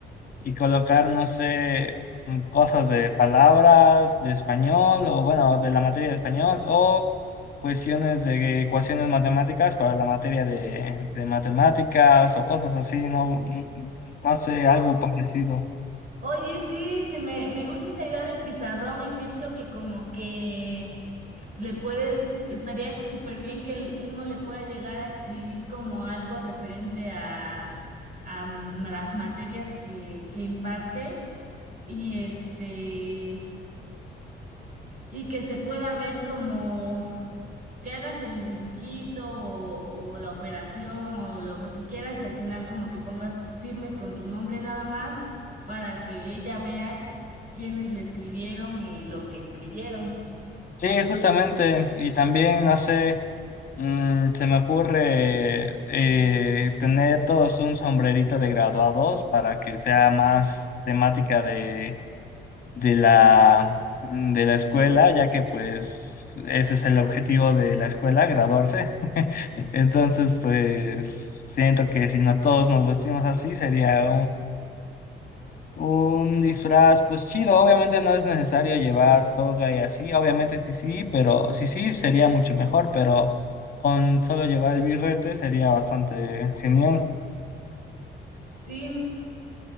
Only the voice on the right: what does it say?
O-
Oye, sí, se me, me gusta esa idea del pizarrón y siento que como que le puede, estaría súper bien que el- uno le pueda llegar a escribir como algo referente a, a mm, las materias que, que imparte y este, y que se pueda ver como que hagas el dibujito o, o la operación o lo que tú quieras y al final como que pongas firmes con tu nombre nada más para que ella vea quiénes le escribieron y lo que escribieron.
Sí,